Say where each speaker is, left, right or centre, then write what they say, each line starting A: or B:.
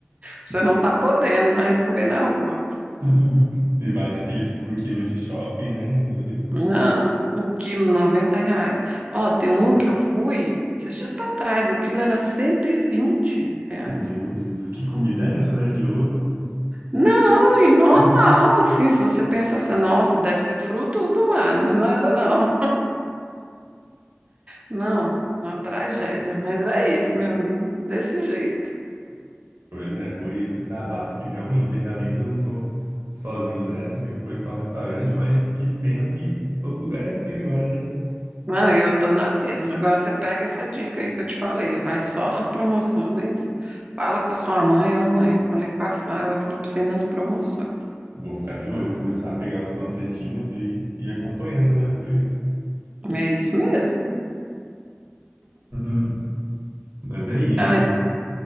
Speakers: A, on the right; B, on the right.
A: você não tá podendo mais comer na rua.
B: <laughs> Se vai naqueles por quilo de shopping, né? Meu Deus.
A: Não, o quilo, 90 reais. Ó, tem um que eu fui esses dias para trás, o quilo era 120 reais.
B: Meu Deus. Que comida é essa, né? De ouro?
A: Não, e normal,
B: <laughs>
A: assim, se você pensasse, nossa, deve ser frutos do mar, mas não era, não. Não, uma tragédia. Mas é isso, meu amigo, desse jeito.
B: Pois é, foi esse o desabafo que realmente, ainda bem que eu não tô sozinho nessa, que não foi só restaurante, mas que pena que todo lugar é assim agora, né?
A: Não, e eu tô na mesma. Agora você pega essa dica aí que eu te falei, vai só nas promoções, fala com a sua mãe, ó, mãe, falei com a Flávia, falou pra você ir nas promoções.
B: Vou ficar de olho, começar a pegar os panfletinhos e ir acompanhando, né, o preço.
A: É isso mesmo.
B: Uhum. Mas é isso.
A: Ai,